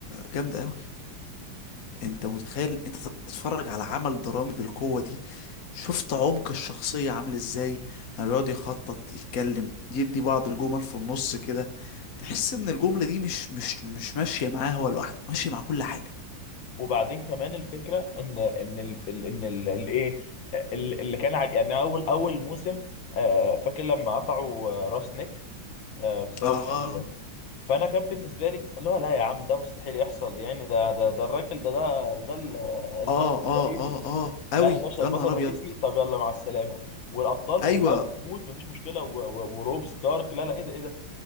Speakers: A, on the left; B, on the left.
A: جامدة قوي انت متخيل انت تتفرج على عمل درامي بالقوة دي شفت عمق الشخصية عامل ازاي لما بيقعد يخطط يتكلم يدي بعض الجمل في النص كده تحس ان الجملة دي مش مش مش ماشية معاه هو لوحده ماشية مع كل حاجة
B: وبعدين كمان الفكرة ان ان ال ال- ان ال- الايه ال- اللي كان ع- يعني اول اول موسم آه، فاكر لما قطعوا آه، راس نيك آه، بسبب
A: اه
B: ال- فانا كان بالنسبه لي اللي هو لا يا عم ده مستحيل يحصل يعني ده ده ده الراجل ده ده ده ال- البطل
A: اه
B: الرئيسي
A: اه اه اه
B: لا
A: اوي
B: يا باشا
A: يا
B: البطل
A: نهار
B: الرئيسي
A: ابيض
B: طب يلا مع السلامه والابطال
A: ايوه
B: كلها بتموت مفيش مشكله و- و- وروب ستارك لا لا ايه ده ايه ده